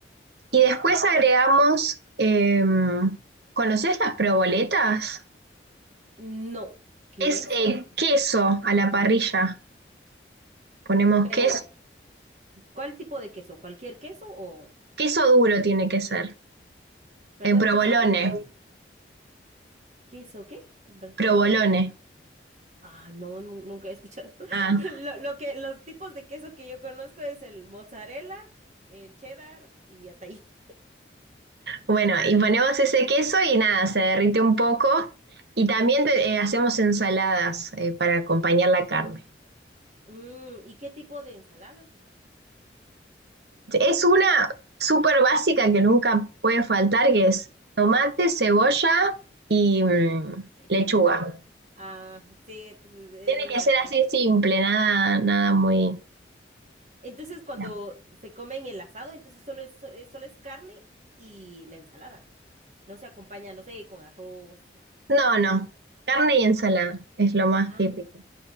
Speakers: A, on the right; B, on the right.
A: Ah,
B: Y después
A: ok.
B: agregamos, em, ¿conoces las proboletas?
A: No, ¿qué
B: Es
A: es?
B: eh, queso a la parrilla. Ponemos
A: Pero,
B: queso,
A: ¿cuál tipo de queso? ¿Cualquier queso o?
B: queso duro tiene que ser.
A: Perdón,
B: Eh, provolone,
A: ¿queso qué? ¿Queso qué? Perdón.
B: provolone.
A: Ah, no, nu- nunca he escuchado. <laughs>
B: Ah,
A: Lo, lo que, los tipos de queso que yo conozco es el mozzarella, el cheddar y hasta ahí.
B: bueno,
A: <laughs>
B: y ponemos ese queso y nada, se derrite un poco. Y también te- eh, hacemos ensaladas eh, para acompañar la carne.
A: Mm, ¿y qué tipo de ensalada?
B: Es una súper básica que nunca puede faltar, que es tomate, cebolla y mm,
A: Lechuga.
B: lechuga.
A: Ah, sí, entonces es
B: Tiene
A: ensalada.
B: que ser así simple, nada, nada muy...
A: Entonces, cuando
B: No,
A: se comen el asado, entonces solo es, so- es- solo es carne y la ensalada. No se acompaña, no sé, con arroz.
B: no, no. Carne y ensalada es lo más
A: Ah.
B: típico.